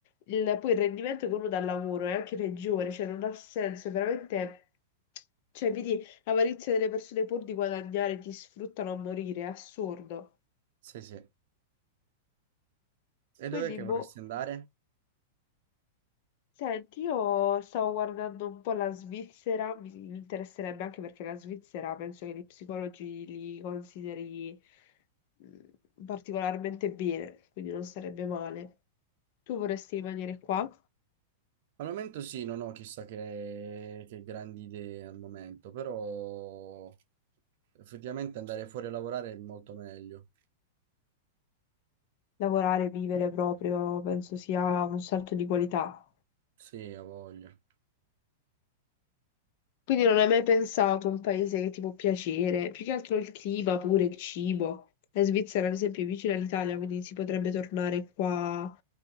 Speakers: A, on the left; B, on the right.
A: il- poi il rendimento che uno dà al lavoro è anche peggiore, cioè non ha senso, è veramente... Cioè, vedi l'avarizia delle persone pur di guadagnare ti sfruttano a morire, è assurdo.
B: Sì, sì. E dov'è
A: Quindi,
B: che
A: boh.
B: vorresti andare?
A: Senti, io stavo guardando un po' la Svizzera, mi mi interesserebbe anche perché la Svizzera penso che gli psicologi li consideri mh, particolarmente bene, quindi non sarebbe male. Tu vorresti rimanere qua?
B: Al momento sì, non ho chissà che, che grandi idee al momento, però effettivamente andare fuori a lavorare è molto meglio.
A: Lavorare, vivere proprio, penso sia un salto di qualità.
B: Sì, ho voglia.
A: Quindi non hai mai pensato a un paese che ti può piacere, più che altro il clima pure, il cibo. La Svizzera, ad esempio, è vicina all'Italia, quindi si potrebbe tornare qua